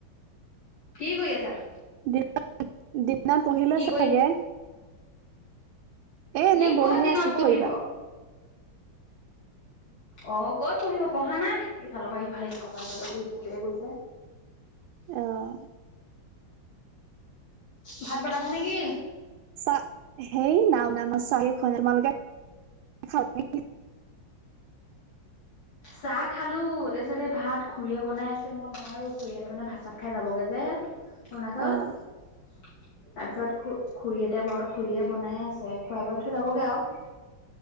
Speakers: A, on the left (about 75°); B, on the right (about 80°).
A: কি কৰি আছা?
B: দিনত দিনত পঢ়িলে
A: কি
B: চাগে।
A: কৰি
B: এ এনে
A: ই
B: বহিয়ে
A: ক'ত দিনত
B: আছো
A: পঢ়িব।
B: কি কৰিবা?
A: অ' ক'ত পঢ়িব পঢ়া নাই ইফালৰ পৰা ইফালে সিফালৰ পৰা ইফালে লৈ ঘূৰি ফুৰোঁতেই গৈছে।
B: অ'।
A: ভাত বনাইছা নেকি?
B: চা হেই নাই বনোৱা নাই মই চাহে খোৱা নাই তোমালোকে খালা নে কি।
A: চাহ খালোঁ তাৰপিছত এই ভাত খুৰীয়ে বনাই আছে মই নোৱাৰোঁ খুৰীহঁতে মানে ভাত চাত খাই যাবগৈ যে। অৰুণাচল।
B: অ'
A: তাৰ পিছত খু -খুৰীহতে ব খুৰীয়ে বনাই আছে খুৱাই বোৱাই থৈ যাবগে আৰু।